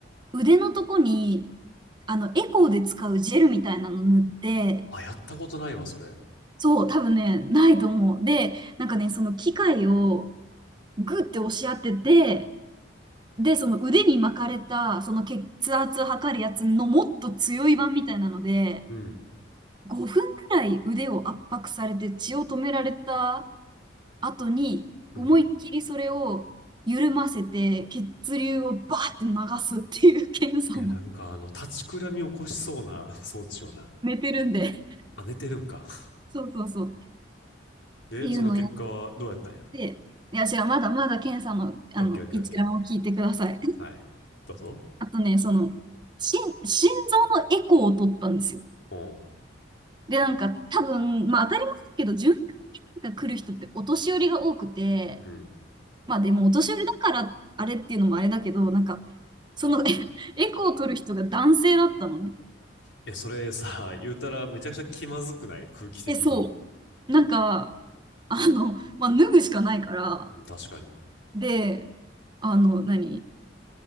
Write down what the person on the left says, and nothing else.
あ、やったことないわ、それ。
うん。
うん。
いや、なんか、
あの、立ちくらみを起こしそうな <laughs> 装置をな。
あ、寝てるんか。
で、
その結果はどうやったんや。
オッケーオッケーオッケー。はい。どうぞ。
うん。
うん。い
や、それさ、<laughs> 言うたらめちゃくちゃ気まずくない空気的に。
うん、確かに。